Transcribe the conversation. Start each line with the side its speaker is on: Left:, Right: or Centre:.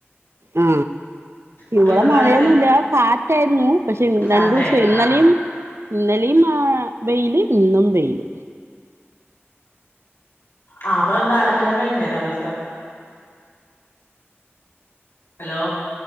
Right: ആ
Left: അപ്പൊ
Right: ഇവിടെ
Left: ഇന്നത്തെ
Right: മഴയൊന്നുമല്ല
Left: അലക്കല്
Right: കാറ്റായിരുന്നു പക്ഷെ
Left: ചാറ്റായിരുന്നു
Right: രണ്ടു ദിവസം ഇന്നലെ
Left: ആ
Right: ഇന്നലിം ആ വെയില് ഇന്നും വെയില്
Left: ആ അപ്പൊ ഇന്ന് അലക്കല്ലാം കഴിഞ്ഞോ രാവിലത്തെ ഹലോ